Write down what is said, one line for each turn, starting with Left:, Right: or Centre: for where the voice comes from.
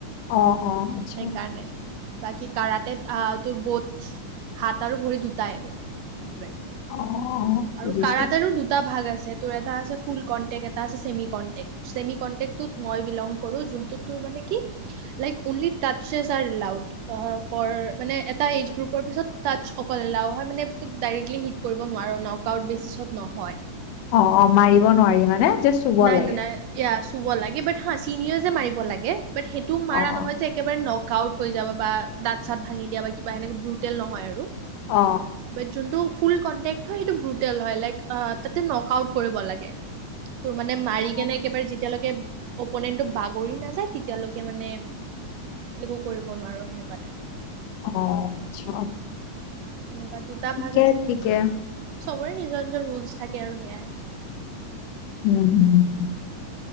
Left: অ অ', আচ্ছা
Right: সেই কাৰণে বাকী কাৰাতে আহ তোৰ বৌথ হাত আৰু ভৰি দুটাই আৰু সেইটোৱে
Left: অ', অ বুজিছো
Right: আৰু কাৰতেৰো দুটা ভাগ আছে ছে তোৰ এটা আছে ফুল কন্টেক্ট এটা আছে চেমি কন্টেক্ট সেইটোত মই বিলং কৰো যোনটোত তোৰ মানে কি like only touches allowed for মানে এটা এজ গ্ৰুপৰ পিছত টাৰ্চঅকল এলাও হয় মানে তোক ডাইৰেক্টলি হিট কৰিব নোৱাৰ ন কাউট বেচিছত নহয়
Left: অ অ মাৰিব নোৱাৰি মানে যে চুব
Right: নাই
Left: লাগে
Right: নাই নাই ইয়াছ চুব লাগে বাট সাঁ চিনআযে মাৰিব লাগে বাট সেইটোও
Left: অ',
Right: মাৰা নহয় যে একেবাৰে ন কাউট হৈ যাব বা দাঁত চাত ভাঙি দিয়া বা কিবা এনেকে ব্ৰুটেল নহয় আৰু
Left: অ
Right: বাট যোনটো ফুল কনটেক্ট্ৰ হয় সেইটো ব্ৰুটেল হয় ল তাতে নক আউট কৰিব লাগে তোৰ মানে মাৰি
Left: অ',
Right: কেনে একেবাৰে যেতিয়ালৈকে অপনেনটো বাগৰি নাযায় তেতিয়ালৈকে মানে একো কৰিব নোৱাৰো সেনেকোৱা টাইপ
Left: অ আচ্ছা
Right: সেনেকোৱা দুটা
Left: ঠিকে
Right: ভাগ আছে
Left: ঠিকে
Right: চবৰে নিজৰ নিজৰ ৰুলচ থাকে আৰু সেয়াই
Left: উম উম